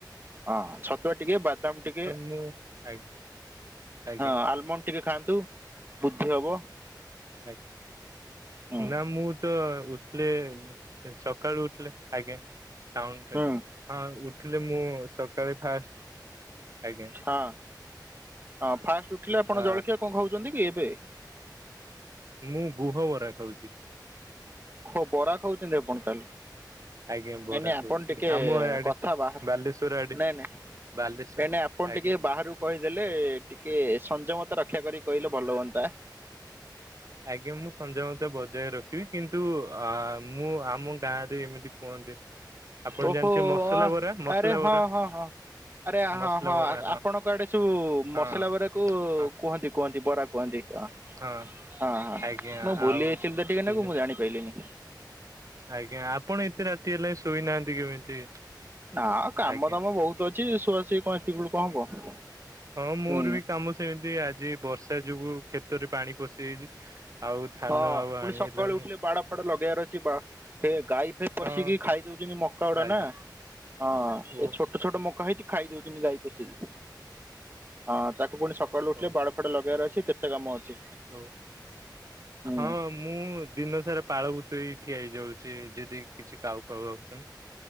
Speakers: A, on the right (about 30°); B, on the right (about 45°).
A: ହଁ ଛତୁଆ ଟିକେ ବାଦାମ ଟିକେ
B: ମୁଁ ଆଜ୍ଞା ଆଜ୍ଞା
A: ହଁ ଆଲମଣ୍ଡ ଟିକେ ଖାଆନ୍ତୁ ବୁଦ୍ଧି ହବ।
B: ଆଙ୍ଗ
A: ହୁଁ
B: ନା ମୁଁ ତ ଉଠିଲି ସ ସକାଳୁ ଉଠିଲେ ଆଜ୍ଞା ସାଉଣ୍ଡ
A: ହୁଁ
B: ଟା ହଁ ଉଠିଲେ ମୁଁ ସକାଳେ ଫାଷ୍ଟ ଆଜ୍ଞ।
A: ହଁ ହଁ ଫାଷ୍ଟ ଉଠିଲେ ଆପଣ
B: ଆ
A: ଜଳଖିଆ କଣ ଖାଉଛନ୍ତି କି ଏବେ?
B: ମୁଁ ଗୁହ ବରା ଖାଉଚି।
A: ହୋ ବରା ଖାଉଚନ୍ତି ଆପଣ ତାହାଲେ।
B: ଆଜ୍ଞା ବରା
A: ନାଇଁ ନାଇଁ ଆପଣ
B: ଖାଉଛି
A: ଟିକେ
B: ଆମ ଆଡେ
A: କଥା ବାହାର
B: ବାଲେଶ୍ଵର ଆଡେ
A: ନାଇଁ ନାଇଁ
B: ବାଲେଶ୍ଵର
A: ନାଇଁ ନାଇଁ ଆପଣ
B: ଆଜ୍ଞା
A: ଟିକେ ବାହହାରକୁ କହିଦେଲେ ଟିକେ ସଂଯମତା ର ରକ୍ଷା କରି କହିଲେ ଭଲ ହୁଅନ୍ତା।
B: ଆଜ୍ଞା ମୁଁ ସଞ୍ଜମତ ବଜାୟ ରଖିବି କିନ୍ତୁ ଅ ମୁଁ ଆମ ତାରେ ଏମିତି କୁହନ୍ତି। ଆପଣ
A: ଓହୋ
B: ଜାଣିଥିବେ ମସଲା
A: ୟା
B: ବରା ମସଲା
A: ଆରେ ହଁ
B: ବରା
A: ହଁ ହଁ। ଆରେ
B: ମସଲା
A: ହଁ ହଁ
B: ବରା
A: ଆ ଆପଣଙ୍କ ଆଡେ ସବୁ
B: ହଁ
A: ମସଲା ବରାକୁ
B: ହଁ
A: କୁହନ୍ତି କୁହନ୍ତି ବରା କୁହନ୍ତି ହଁ।
B: ହଁ।
A: ହଁ ହଁ
B: ଆଜ୍ଞା
A: ମୁଁ ଭୁଲି
B: ଆଉ
A: ଯାଇଥିଲି ତ ଟିକେ
B: ସେମିତି
A: ନାକୁ ମୁଁ ଜାଣି ପାଇଲିନି।
B: ଆଜ୍ଞା ଆପଣ ଏତେ ରାତି ହେଲା ଶୋଇନାହାନ୍ତି କେମିତି?
A: ନା କାମ
B: ଆଜ୍ଞା।
A: ଦାମ ବହୁତ ଅଛି ଶୁଆଶୁଇ କଣ ଏତିକି ବେଳୁ କଣ ହବ?
B: ହଁ ମୋର
A: ହୁଁ
B: ବି କାମ ସେମିତି ଆଜି ବର୍ଷା ଯୋଗୁ କ୍ଷେତରେ ପାଣି ପଶିଯାଇଛି। ଆଉ ଧାନ
A: ହଁ
B: ଆଉ
A: ପୁଣି
B: ଆଣି
A: ସକାଳୁ
B: ହେଲାନି
A: ଉଠିଲେ ବାଡ଼ ଫାଡ଼ ଲଗେଇବାର ଅଛି ବା ଏ ଗାଈ ଫାଇ ପଶିକି
B: ହଁ
A: ଖାଇଦଉ ତି ମକା ଗୁଡା
B: ଆଜ୍ଞା
A: ନା ହଁ
B: ଓ
A: ଏ ଛୋଟ ଛୋଟ ମକା ହେଇଛି ଖାଇ ଦଉଛନ୍ତି ଗାଈ ପୋଷି ଆସି। ହଁ ତାକୁ ପୁଣି ସକାଳୁ ଉଠିଲେ
B: ହଉ
A: ବାଡ଼ ଫାଡ଼ ଲଗାଇବାର ଅଛି କେତେ କାମ ଅଛି।
B: ହଉ।
A: ହୁଁ
B: ହଁ ମୁଁ ଦିନସାରା ପାଳ ଭୂତ ହୋଇ ଠିଆ ହେଇଯାଉଛି ଯଦି କିଛି କାଉ ଫାଉ ଆଉଛନ୍ତି।